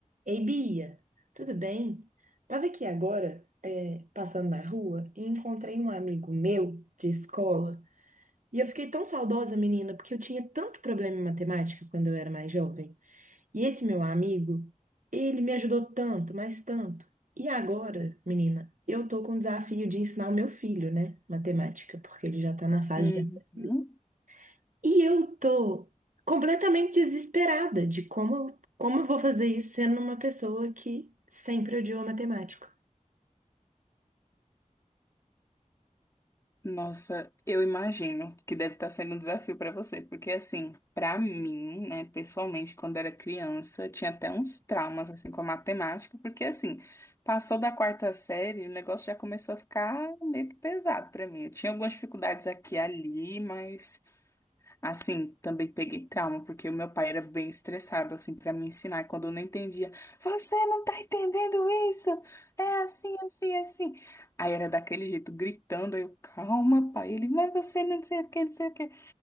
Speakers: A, on the right (about 70°); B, on the left (about 20°).
A: Ei, Bia, tudo bem? Tava aqui agora, é, passando na rua, e encontrei um amigo meu de escola. E eu fiquei tão saudosa, menina, porque eu tinha tanto problema em matemática quando eu era mais jovem. E esse meu amigo, ele me ajudou tanto, mas tanto. E agora, menina, eu tô com o desafio de ensinar o meu filho, né, matemática, porque ele já tá na fase
B: Uhum.
A: de aprender. E eu tô completamente desesperada de como, como eu vou fazer isso sendo uma pessoa que sempre odiou matemática.
B: Nossa, eu imagino que deve estar sendo um desafio para você, porque assim, para mim, né, pessoalmente, quando era criança, eu tinha até uns traumas assim com a matemática, porque assim, passou da quarta série, o negócio já começou a ficar meio que pesado para mim. Eu tinha algumas dificuldades aqui e ali, mas Assim, também peguei trauma, porque o meu pai era bem estressado, assim, pra me ensinar. E Quando eu não entendia, você não tá entendendo isso? É assim, assim, assim. Aí era daquele jeito, gritando. Aí eu, calma, pai. Ele, mas você não sei o que, não sei o que.